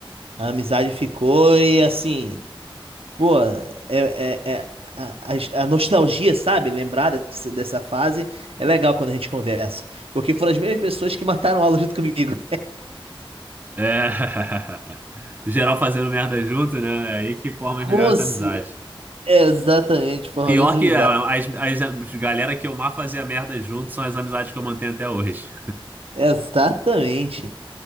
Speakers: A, on the right (about 85°); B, on the right (about 20°).
A: A amizade ficou e assim. Pô, é, é, é- a, a- a nostalgia, sabe? Lembrar desse- dessa fase é legal quando a gente conversa. Porque foram as mesmas pessoas que mataram aula junto comigo. <laughs>
B: É. <laughs> Geral fazendo merda junto, né? É aí que forma
A: Com
B: as melhores
A: ce-
B: amizades.
A: Exatamente, foram
B: Pior
A: grandes amizades.
B: que ah, as, as, as galera que eu mais fazia merda junto são as amizades que eu mantenho até hoje.
A: Exatamente.